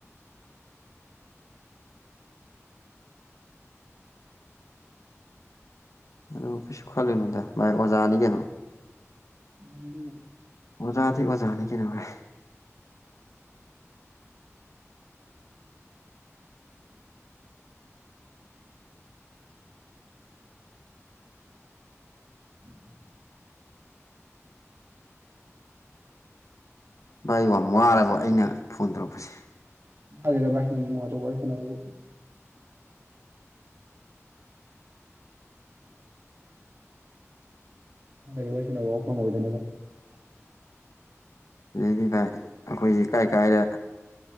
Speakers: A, on the left; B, on the right.
A: ꯑꯗꯨ ꯀꯩꯁꯨ ꯈꯜꯂꯨꯅꯨꯗ ꯚꯥꯏ ꯑꯣꯖꯥꯅꯤ ꯀꯩꯅꯣ
B: ꯅ
A: ꯑꯣꯖꯥꯗꯤ ꯑꯣꯖꯥꯅꯤ ꯀꯅꯣ ꯚꯥꯏ
B: ꯎꯝ <unintelligible>
A: ꯚꯥꯏ ꯌꯥꯝ ꯋꯥꯔꯕ ꯑꯩꯅ ꯐꯣꯟ ꯇꯧꯔꯛꯄꯁꯦ
B: ꯍꯥꯏꯗꯦꯗ ꯚꯥꯏ ꯏꯣꯡꯐꯗꯣꯛ ꯋꯥꯔꯤ ꯁꯥꯟꯅꯕꯕꯨ ꯀꯩꯗꯧ ꯋꯥꯔꯤ ꯁꯥꯟꯅꯕ ꯐꯥꯎ ꯐꯪꯉꯣꯏꯗꯣꯏꯅꯣꯗ ꯚꯥꯏ
A: ꯑꯗꯨꯗꯩꯗꯤ ꯚꯥꯏ ꯑꯩꯈꯣꯏꯁꯦ ꯀꯥꯏ ꯀꯥꯏꯗ